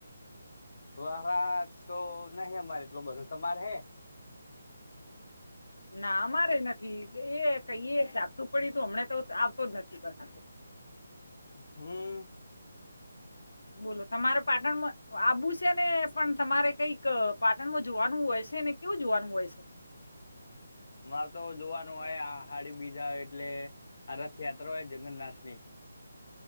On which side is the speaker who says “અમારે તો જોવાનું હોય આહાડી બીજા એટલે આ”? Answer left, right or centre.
Left